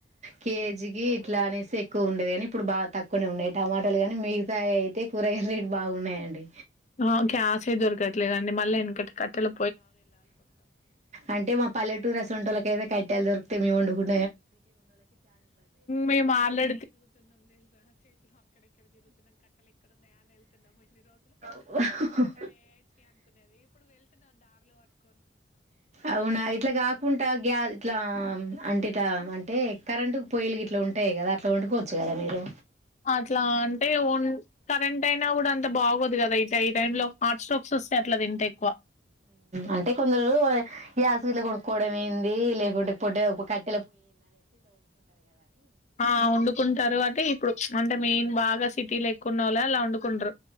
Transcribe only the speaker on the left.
ఆ గ్యాసే దొరకట్లేదండి మళ్ళీ ఎందుకంటే కట్టెలు
మేము ఆళ్లు
అట్లా అంటే ఓన్ కరెంట్ అయినా కూడా అంత బాగోదు కదా ఇ ఈ టైంలో హార్ట్ స్ట్రోక్స్ వస్తాయి అట్లా తింటే ఎక్కువ
ఆ వండుకుంటారు అంటే ఇప్పుడు అంటే మెయిన్ బాగా సిటీలు ఎక్కున్న వాళ్ళ అలా ఉ వొండుకుంటరు